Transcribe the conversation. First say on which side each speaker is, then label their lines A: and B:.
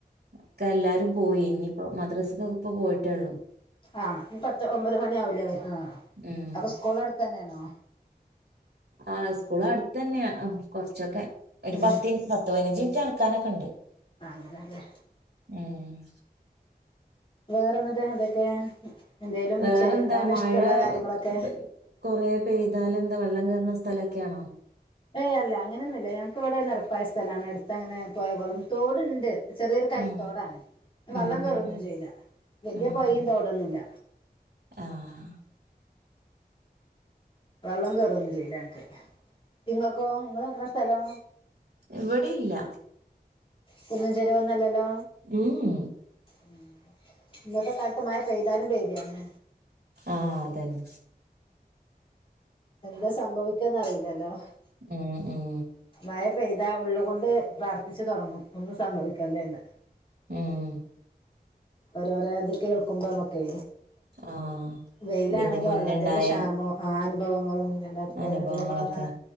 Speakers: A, on the right; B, on the left.
A: ഒക്കെ എല്ലാരും പോയി. ഇനിയിപ്പോ മദ്രസ്ക്കൊക്കെ ഇപ്പോ പോയിട്ടേള്ളൂ.
B: ആഹ് ഇനി പത്ത് ഒമ്പത് മണി ആവില്ലേ വരാൻ.
A: ഉം
B: അപ്പൊ സ്കൂളടുത്തന്നെയാണോ?
A: ആഹ് സ്കൂളടുത്തന്നെയാ, കൊറച്ചൊക്കെ. ഒരു
B: ഉം
A: പത്തിൻ പത്ത് പതിനഞ്ച് മിനിറ്റ് നടക്കാനൊക്കെണ്ട്.
B: അങ്ങനല്ലേ.
A: ഉം.
B: വേറെ എന്നിട്ട് എന്തൊക്കെ. എന്തേലും
A: വേറെന്താ
B: ചെയ്യ, എന്താണ്
A: മഴ
B: ഇഷ്ടോള്ള കാര്യങ്ങളൊക്കെ?
A: ഒക്കെ പെ- കൊറേ പെയ്താല് എന്താ വെള്ളം കേറണ സ്ഥലൊക്കെയാണോ?
B: ഏയ് അല്ല. അങ്ങനൊന്നുല്ല. ഞങ്ങക്കിവിടെ നെരപ്പായ സ്ഥലാണ്. അടുത്തങ്ങനെ പൊയകളും, തോടുണ്ട്. ചെറിയൊരു കൈത്തോടാണ്.
A: ഉം
B: വെള്ളം
A: ഉം
B: കേറൊന്നും
A: ഉം ഉം
B: ചെയ്യില്ല. വലിയ
A: ഉം
B: പൊയയും
A: ഉം
B: തോടൊന്നും ഇല്ല.
A: ആഹ്
B: വെള്ളം കേറൊന്നും ചെയ്യില്ല ഞങ്ങക്ക്. നിങ്ങക്കോ നിങ്ങള് നിക്കണ സ്ഥലോ?
A: ഇവിടെ ഇല്ല
B: കുന്നിൻ ചെരിവൊന്നും അല്ലല്ലോ
A: മ്ഹ്
B: ഉം ഇന്നത്തെ കാലത്ത് മയ പെയ്താലും പേടിയാണ്
A: ആഹ് അതന്നെ
B: എന്താ സംഭവിക്കാന്നറിയില്ലല്ലോ
A: ഉം ഉം
B: മഴ പെയ്താ ഉള്ളുകൊണ്ട് പ്രാർത്ഥിച്ചു തുടങ്ങും ഒന്നും സംഭവിക്കല്ലേ എന്ന്
A: ഉം
B: ഒരോരോ ഇത് കേൾക്കുമ്പോ അമ്മക്കെ
A: ആഹ്
B: വെയിലാണെങ്കി
A: ഇതിന്റെ മുന്നെണ്ടായ
B: വെള്ളത്തിന്റെ ക്ഷാമോം ആ അനുഭവങ്ങളും രണ്ടായിരത്തി പതിനെട്ടിലൊക്കെ
A: അനുഭവങ്ങളൊക്കെ
B: വന്ന